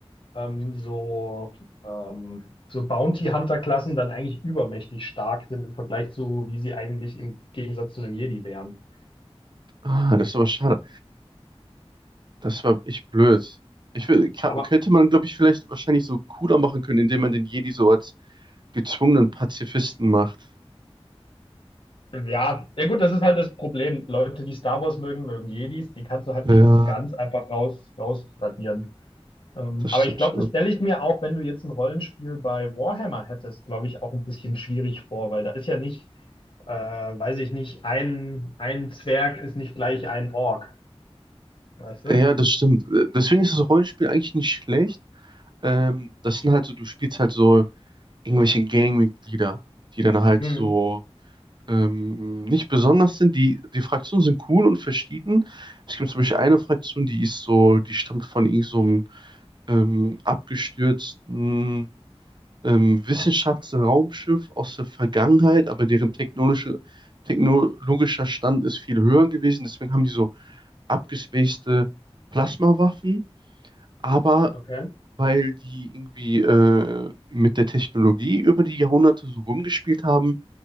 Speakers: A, on the left; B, on the right.
A: ähm, so, ähm, so Bounty Hunter-Klassen dann eigentlich übermächtig stark sind im Vergleich zu, wie sie eigentlich im Gegensatz zu einem Jedi wären.
B: Ah, das ist aber schade. Das war echt blöd. Ich will, ka-
A: Aber
B: könnte man, glaube ich, vielleicht wahrscheinlich so cooler machen können, indem man den Jedi so als gezwungenen Pazifisten macht.
A: Ja, ja gut, das ist halt das Problem. Leute, die Star Wars mögen, mögen Jedis. Die kannst du halt
B: Ja,
A: nicht so ganz einfach raus, rausradieren. Ähm,
B: das
A: aber
B: stimmt
A: ich glaube,
B: schon.
A: das stelle ich mir auch, wenn du jetzt ein Rollenspiel bei Warhammer hättest, glaube ich, auch ein bisschen schwierig vor, weil da ist ja nicht, äh, weiß ich nicht, ein, ein Zwerg ist nicht gleich ein Ork. Weißt du?
B: Ja, das stimmt. Deswegen ist das Rollenspiel eigentlich nicht schlecht. Ähm, das sind halt so, du spielst halt so irgendwelche Gangmitglieder, die dann halt
A: Hm,
B: so ähm, nicht besonders sind. Die, die Fraktionen sind cool und verschieden. Es gibt zum Beispiel eine Fraktion, die ist so, die stammt von irgend so einem ähm, abgestürzten ähm, Wissenschaftsraumschiff aus der Vergangenheit, aber deren technologische, technologischer Stand ist viel höher gewesen. Deswegen haben die so abgespacede Plasmawaffen, aber
A: okay.
B: weil die irgendwie äh, mit der Technologie über die Jahrhunderte so rumgespielt haben,